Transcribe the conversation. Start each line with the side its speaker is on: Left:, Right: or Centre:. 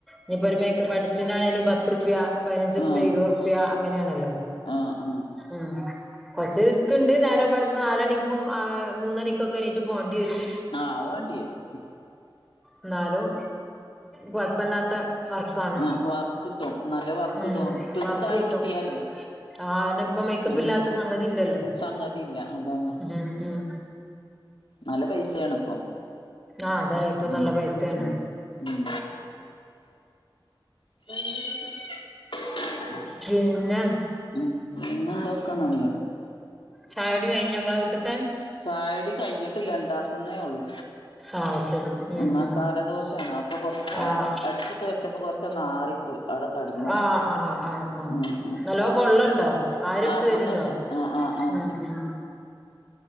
Centre: ഇഞിപ്പൊര് മേക്കപ്പ് ആർട്ടിസ്റ്റിനാണേലും പത്ത്റ്പ്യ പതിനഞ്ച്ർപ്യ
Left: ആഹ്
Centre: ഇരുപത്റ്പ്യ അങ്ങനേണല്ലൊ
Left: ആഹ് ആഹ്
Centre: ആഹ് കൊറച്ച് റിസ്ക്ണ്ട് നേരം വെൾ നാലണിക്കും ആഹ് മൂന്നണിക്കൊക്ക എണീറ്റ് പോണ്ടേരും
Left: ആഹ് അയ് വാണ്ടി വരും
Centre: ഇന്നാലു കൊഴപ്പല്ലാത്ത വർക്കാണ്
Left: ആഹ് വർക്ക് കിട്ടും നല്ല വർക്ക്ട്ടും
Centre: ഉം
Left: ക്ലിക്കായി
Centre: വർക്ക് കിട്ടും
Left: കിട്ടിയാലെ
Centre: ആഹ് അയിനിപ്പം മേക്കപ്പ്
Left: എമ
Centre: ഇല്ലാത്ത സംഗതി ഇല്ലല്ലോ
Left: സംഗതില്ല അതാണ്
Centre: ഉം ഉം
Left: നല്ല പൈസേണ് ഇപ്പൊ
Centre: ആഹ് അതാണ് ഇപ്പൊ
Left: ഉം
Centre: നല്ല പൈസയാണ്
Left: ഉം ഉം <unintelligible>
Centre: പിന്നെ
Left: ഉം പിന്നന്തൊക്ക ന്നല്ലെ
Centre: ചായുടി കഴിഞ്ഞൊ ഇങ്ങള വീട്ട്ത്തെ
Left: ചായുടി കഴ്ഞ്ഞിട്ടില്ല ഇണ്ടാക്ക്ന്നെ ഉള്ളു.
Centre: ആഹ് ശരി ഉം
Left: മസാലദോശേണ്
Centre: ഉം
Left: അപ്പൊ കൊറ്ച്ച്
Centre: ആഹ്
Left: അടിച്ചൊക്ക വെച്ചപ്പൊ കൊറ്ച്ച് ച്ചന്ന് ആറിപ്പോയ് അവടെ കടന്നോയി.
Centre: ആഹ് ആഹ് ആഹ് ആഹ്
Left: ഉം ഉം
Centre: നല്ലോ പൊള്ളുണ്ടോ ആരെടുത്ത്
Left: ആഹ് പെള്ള്ണ്ട്.
Centre: വരുണ്ടോ
Left: ആഹ് ആഹ് ആഹ്
Centre: ഉം ഉം